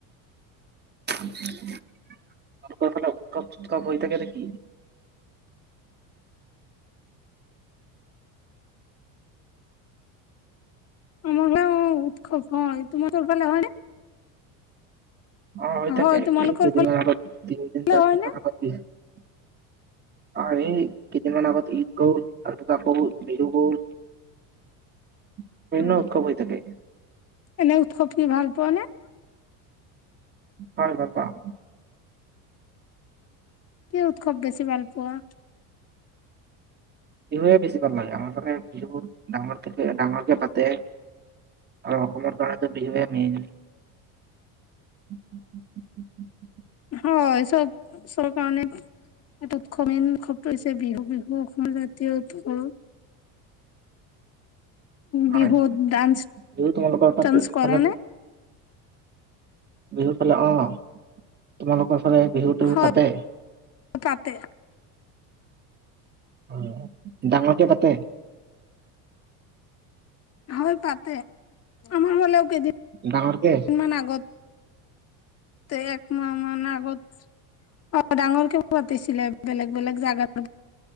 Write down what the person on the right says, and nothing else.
তোমালোকৰ ফালে উৎসৱ- চুৎসৱ হৈ থাকে নেকি?
অ', হৈ থাকে,
এই
কেইদিনমানৰ আগত, তিনিদিন,
চাৰিদিন
মান আগত <unintelligible> আহ এই, কেইদিন মান আগত ঈদ গ'ল তাৰপাছত আকৌ বিহু গ'ল। বিভিন্ন
উৎসৱ হৈ থাকে।
হয়', ভাল পাওঁ।
বিহুৱে বেছি ভাল লাগে আমাৰ ফালে বিহু ডাঙৰ ডাঙৰকে পাতে আৰু অসমৰ কাৰণে টো বিহুয়ে মেইন। <inaudible>
হয়
বিহু তোমালোকৰ ফালে
ফালে
বিহুৰ ফালে অ' তোমালোকৰ ফালে বিহুটো
পাতে?
অ', ডাঙৰকে পাতে?
ডাঙৰকে?